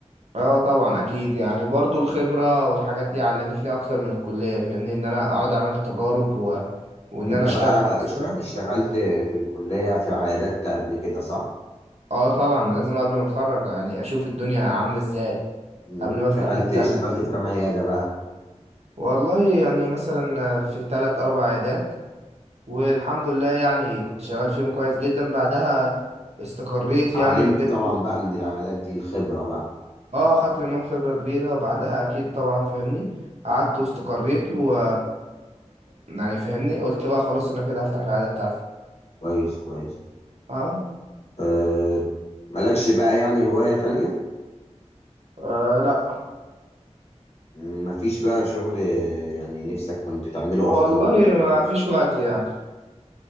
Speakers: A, on the right; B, on the left.
A: اه طبعا اكيد يعني برضه الخبرة والحاجات دي علمتني اكتر من الكلية فاهمني ان انا اقعد اعمل تجارب و... وان
B: انت
A: انا اشتغل
B: بقى
A: اصلا
B: اشت- اشتغلت في الكلية في عيادات قبل كده صح؟
A: اه طبعا لازم قبل ما اتخرج يعني اشوف الدنيا عاملة ازاي
B: مم.
A: قبل ما
B: اشتغلت
A: افتح حتة
B: اشتغلت
A: انا فاهم
B: في كام عيادة بقى
A: والله يعني مثلا في تلات اربع عيادات والحمد لله يعني كنت شغال فيهم كويس جدا بعدها استقريت
B: اتعلمت
A: يعني وكده
B: طبعا بقى من العيادات دي الخبرة بقى
A: اه خدت منهم خبرة كبيرة وبعدها اكيد طبعا فاهمني قعدت واستقريت و يعني فاهمني قلت بقى خلاص انا كده هفتح العيادة بتاعتي
B: كويس كويس
A: اه,
B: أه مالكش بقى يعني هواية تانية
A: آه لا
B: مم، مفيش بقى شغل آه، يعني نفسك كنت تعمله
A: والله
B: اصلا من وانت صغير
A: ما فيش وقت يعني